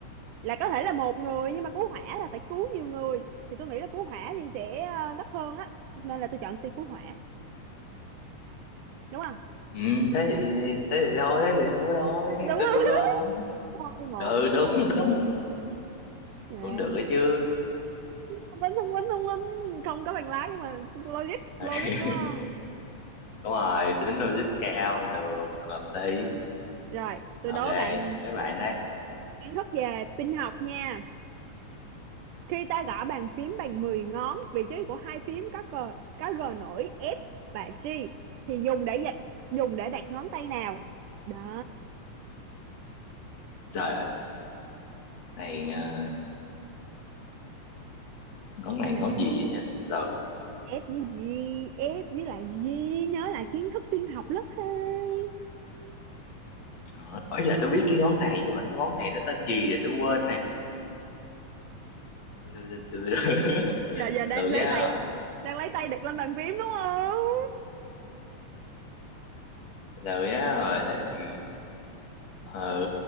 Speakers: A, on the right; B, on the left.
A: là có thể là một người nhưng mà cứu hỏa là phải cứu nhiều người thì tôi nghĩ là cứu hỏa thì sẽ ờ, gấp hơn á nên là tôi chọn xe cứu hỏa đúng không
B: ừ, thế thì thế thì thôi thế thì thôi thôi
A: đúng
B: thế
A: không
B: tôi tôi thôi
A: <laughs> hai một
B: ừ
A: nhá
B: đúng <laughs> đúng
A: Đấy.
B: cũng được ấy chứ
A: Thông minh, thông minh, thông minh. Không có bằng lái nhưng mà logic, logic
B: <laughs>
A: đúng không?
B: đúng rồi tính logic cao được hợp lý
A: Rồi, tôi
B: ok
A: đố bạn
B: các bạn đấy
A: kiến thức về tin học nha. Khi ta gõ bàn phím bằng 10 ngón, vị trí của hai phím có cờ, có G nổi F và G thì dùng để dịch, dùng để đặt ngón tay nào? Đó,
B: trời ơi này à, ngón này
A: sao?
B: ngón gì ấy nhỉ từ từ.
A: F với G, F với lại G, nhớ lại kiến thức tin học lớp hai
B: Ờ, ấy là tôi biết cái ngón này nhưng mà cái ngón này nó tên gì rồi tôi quên này từ từ từ từ <laughs>
A: Giờ giờ
B: từ
A: đang
B: từ nhá
A: lấy tay, đang lấy tay đặt lên bàn phím đúng không?
B: từ từ nhá rồi thế thì ờ,